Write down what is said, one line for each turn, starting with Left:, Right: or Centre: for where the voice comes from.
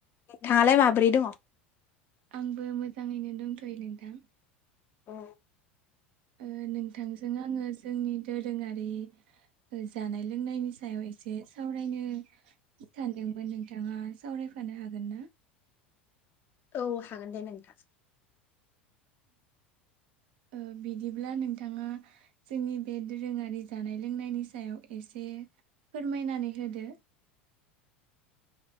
Left: नोंथाङालाय माब्रै दङ?
Right: आंबो मोजाङैनो दंथ'यो नोंथां।
Left: औ
Right: ओ नोंथांजों आङो जोंनि दोरोङारि जानाय लोंनायनि सायाव एसे सावरायनो सानदोंमोन नोंथाङा सावरायफानो हागोन ना
Left: औ हागोन दे नोंथां
Right: ओ बिदिब्ला नोंथाङा जोंनि बे दोरोङारि जानाय लोंनायनि सायाव एसे फोरमायनानै होदो।